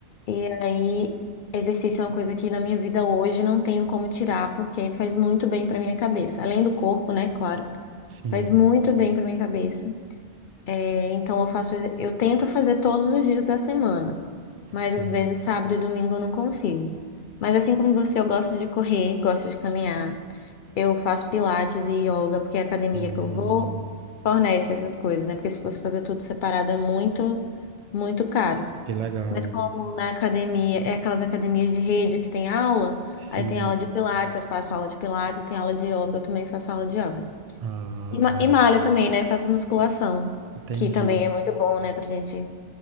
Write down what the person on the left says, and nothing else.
e aí exercício é uma coisa que na minha vida hoje não tenho como tirar porque faz muito bem para minha cabeça. Além do corpo, né? Claro,
faz muito bem para minha cabeça. É, então eu faço, eu tento fazer todos os dias da semana, mas
às vezes sábado e domingo eu não consigo. Mas assim como você, eu gosto de correr, gosto de caminhar. Eu faço pilates e yoga, porque é a academia
que eu vou fornece essas coisas, né? Porque se fosse fazer tudo separado é muito, muito caro.
Mas como na academia, é aquelas academias de rede que tem aula,
aí tem aula de pilates, eu faço aula de pilates, tem aula de yoga, eu também faço aula de yoga.
E, ma- e malho também, né? Faço musculação,
que também é muito bom, né, pra gente.